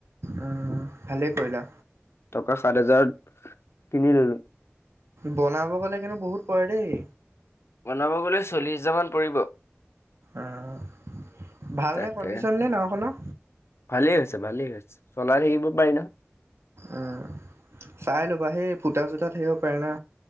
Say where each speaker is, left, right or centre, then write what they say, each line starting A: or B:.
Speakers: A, on the right; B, on the left.
A: উম ভালেই কৰিলা
B: টকা সাত হাজাৰত কিনিললো
A: বনাব গ'লে কিন্তু বহুত পৰে দেই
B: বনাব গলে চল্লিশ হাজাৰ মান পৰিব
A: আহ ভালনে
B: তাকে
A: কণ্ডিচন নে নাওখনৰ?
B: ভালেই হৈছে ভালেই হৈছে চলাই শিকিব পাৰি নে?
A: উম চাই ল'বা সেই ফুটা চুটা থকিব পাৰে না।